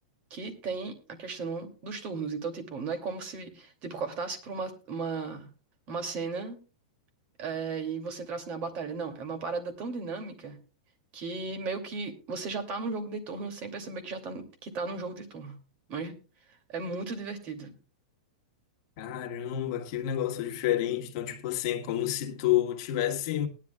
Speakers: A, on the right (about 35°); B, on the left (about 45°).
A: que tem a questão dos turnos. Então, tipo, não é como se, tipo, cortasse por uma, uma, uma cena, eh, e você entrasse na batalha. Não, é uma parada tão dinâmica que meio que você já tá num jogo de turno sem perceber que já tá, que tá num jogo de turno. Mas é muito divertido.
B: Caramba, que negócio diferente. Então, tipo assim, é como se tu tivesse